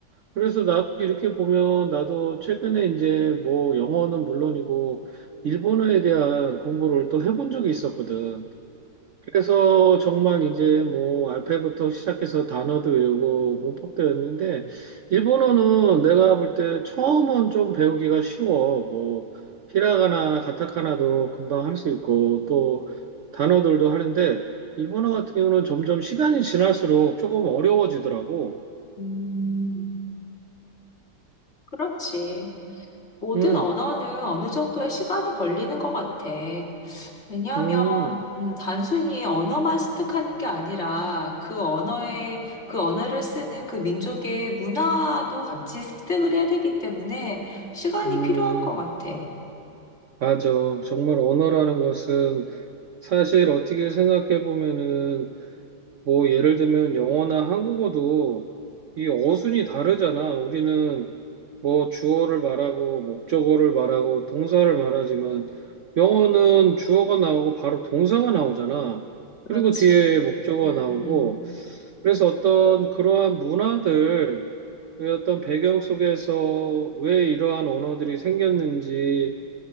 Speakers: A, on the right (about 60°); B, on the left (about 40°).
A: 그래서 나도 이렇게 보면 나도 최근에 이제 뭐 영어는 물론이고 일본어에 대한 공부를 또 해본 적이 있었거든. 그래서 정말 이제 뭐 알파벳부터 시작해서 단어도 외우고 문법도 외웠는데 일본어는 내가 볼 때 처음은 좀 배우기가 쉬워. 뭐 히라가나 가타카나도 금방 할 수 있고 또 단어들도 하는데 일본어 같은 경우는 점점 시간이 지날수록 조금 어려워지더라고.
B: 음, 그렇지. 모든
A: 음,
B: 언어는 어느 정도의 시간이 걸리는 것 같아. 왜냐하면,
A: 음,
B: 음, 단순히 언어만 습득하는 게 아니라 그 언어에, 그 언어를 쓰는 그 민족의 문화도 같이 습득을 해야 되기 때문에 시간이
A: 음.
B: 필요한 것 같아.
A: 맞아. 정말 언어라는 것은 사실 어떻게 생각해 보면은 뭐 예를 들면 영어나 한국어도 이 어순이 다르잖아. 우리는 뭐 주어를 말하고 목적어를 말하고 동사를 말하지만 영어는 주어가 나오고 바로 동사가 나오잖아.
B: 그렇지.
A: 그리고 뒤에 목적어가
B: 음.
A: 나오고 그래서 어떤 그러한 문화들 어떤 배경 속에서 왜 이러한 언어들이 생겼는지